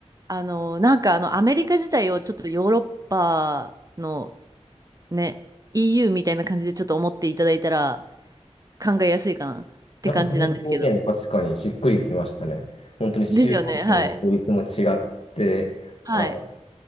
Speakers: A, on the right; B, on the left.
A: あの、なんかあの、アメリカ自体をちょっとヨーロッパのね、EU みたいな感じでちょっと思っていただいたら考えやすいかなって感じなんですけど。
B: なんかその表現確かにしっくりきましたね。本当に州ごとに法律も違って、
A: ですよね、はい。はい。
B: あ、